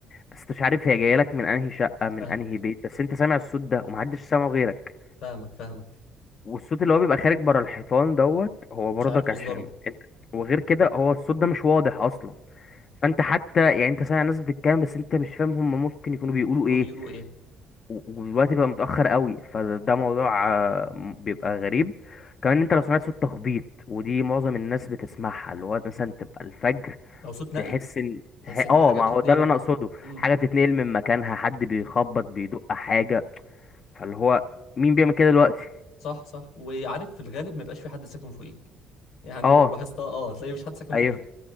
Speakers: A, on the left; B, on the left.
A: بس انت مش عارف هي جايه لك من انهي شقة من
B: فاهمك
A: انهي بيت بس انت سامع الصوت ده ومحدش سامعه غيرك
B: فاهمك فاهمك
A: والصوت اللي
B: أنت
A: هو بيبقى خارج بره الحيطان دوت هو برضك
B: مش عارف مصدره
A: عشان انت وغير كده هو الصوت ده مش واضح اصلا فانت حتى يعني انت سامع ناس بتتكلم بس انت مش فاهم هم ممكن يكونوا بيقولوا
B: يكونوا
A: ايه
B: بيقولوا ايه
A: و- ودلوقتي بقى متأخر قوي فده موضوع آه، م- بيبقى غريب كمان انت لو سمعت صوت تخبيط ودي معظم الناس بتسمعها اللي هو مثلا تبقى الفجر
B: او صوت نقل
A: تحس ان
B: تحس
A: تح-
B: ان
A: اه
B: في حاجه
A: ما
B: بتتنقل
A: هو ده اللي
B: من
A: انا
B: فوق
A: اقصده
B: امم
A: حاجة بتتنقل من مكانها حد بيخبط بيدق حاجة فاللي هو مين بيعمل كده دلوقتي
B: صح صح وعارف في الغالب ما يبقاش في حد ساكن فوقيك يعني
A: اه
B: لو لاحظتها اه هتلاقي مفيش حد ساكن
A: ايوه
B: فوقيك